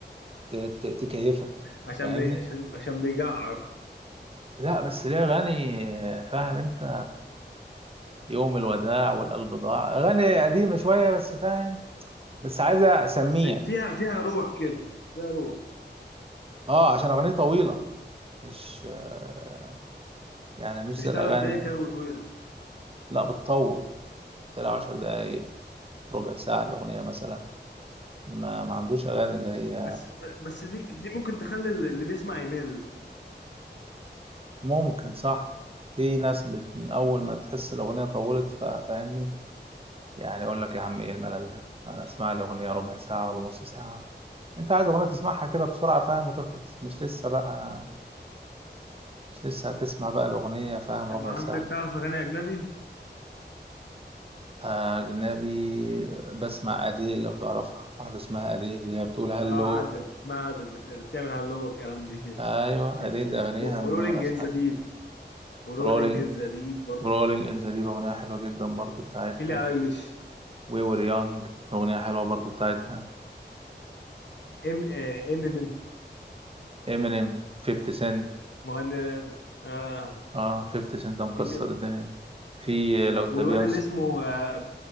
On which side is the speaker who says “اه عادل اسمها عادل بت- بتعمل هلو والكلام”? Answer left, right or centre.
Left